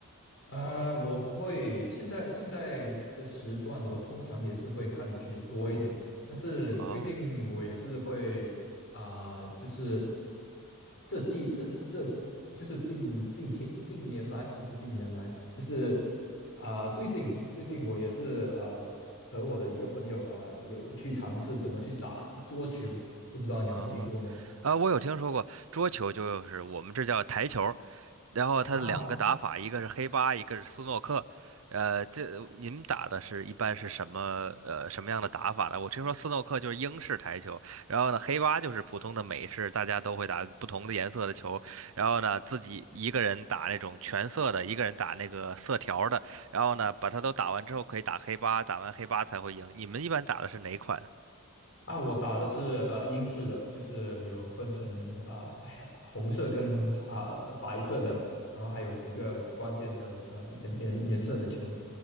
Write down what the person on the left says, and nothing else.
啊、我会现在现在的时段，我通常也是会看剧多一点，但是最近我也是会啊、
就是这季这这就是近近天近年来不是近年来，就是啊、最近最近我也是啊和我的一个朋友啊、有去尝试怎么去打桌球，不知道你有没有听过呢？
啊，
啊，我打的是呃英式的，就是有分成啊、白红色跟啊、白色的，然后还有几个关键的呃颜颜颜色的球。